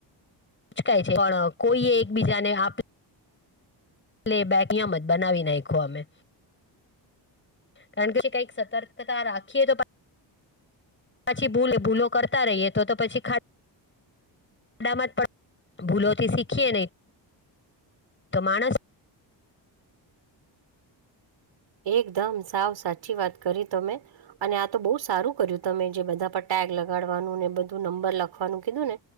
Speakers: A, on the left; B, on the right.
A: ઊંચકાય છે પણ કોઈએ એકબીજાને આપ પ્લે બેેક એમ જ બનાવી નાયખો અમે કારણ કે કઈક સતર્કતા રાખીએ તો પા પછી ભલે ભૂલો કરતા રહીએ તો તો પછી તામાં પણ ભૂલોથી શીખીએ ને તો માણસ
B: એકદમ સાવ સાચી વાત કરી તમે. અને આ તો બહુ સારું કર્યું તમે જે બધા પર ટેગ લગાડવાનું ને બધું નંબર લખવાનું કીધું ને